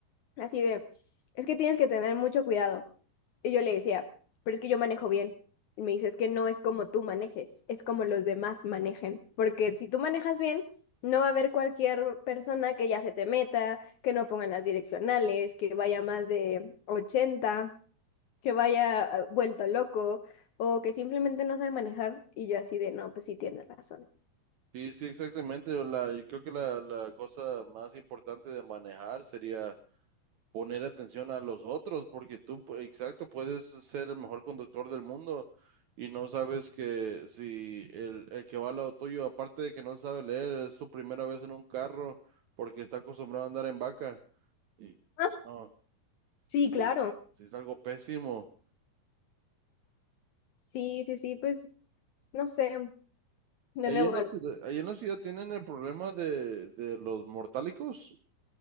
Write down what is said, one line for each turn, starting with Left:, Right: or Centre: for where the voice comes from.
Left: así de, es que tienes que tener mucho cuidado, Y yo le decía, pero es que yo manejo bien. Y me dice, es que no es como tú manejes, es como los demás manejen. Porque si tú manejas bien, no va a haber cualquier persona que ya se te meta, que no pongan las direccionales, que vaya más de ochenta que vaya eh, vuelto loco o que simplemente no sabe manejar. Y yo así de, no, pues sí tiene razón.
Right: Sí, sí, exactamente. La, y creo que la, la cosa más importante de manejar sería... poner atención a los otros, porque tú, pu- exacto, puedes ser el mejor conductor del mundo y no sabes que si el, el que va al lado tuyo, aparte de que no sabe leer, es su primera vez en un carro porque está acostumbrado a andar en vaca. Y
Left: Ah,
Right: no,
Left: Sí,
Right: sí,
Left: claro.
Right: sí es algo pésimo.
Left: Sí, sí, sí, pues no sé. De
Right: Ahí
Left: nuevo,
Right: en la ciudad, ahí en la ciudad tienen el problema de, de los mortálicos